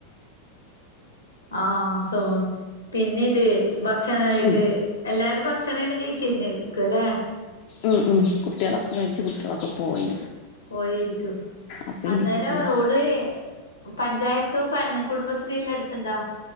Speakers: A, on the left (about 75°); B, on the left (about 45°).
A: ആഹ് സൗ പിന്നിത് ഭക്ഷണ ഇത്
B: ഉം
A: എല്ലാരും ഭക്ഷണേലും കഴിച്ച കയിഞ്ഞരിക്കുല്ലേ
B: ഉം ഉം കുട്ട്യോളൊക്കെ കഴിച്ച് കുട്ട്യേളൊക്കെ പോയി.
A: പോയരിക്കൂ
B: അപ്പൊ
A: അന്നേരം
B: എനിക്ക്
A: റോഡ്. പഞ്ചായത്തു കുടുംബശ്രീ എല്ലാം അടുത്തുണ്ടാ.